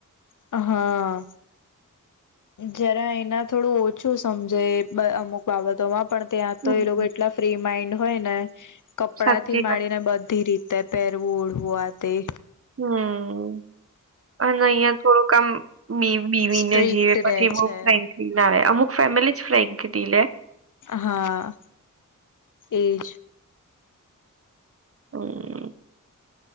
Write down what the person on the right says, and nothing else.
હમ
સાચી
વાત
હમ્મ. અને અહિયાં થોડું કામ બી બીવીને
જીવે પછી
બઉ
ફ્રેન્કલી ના રે. એ અમુક ફેમિલી ફ્રેન્કલી લે.
હમ્મ.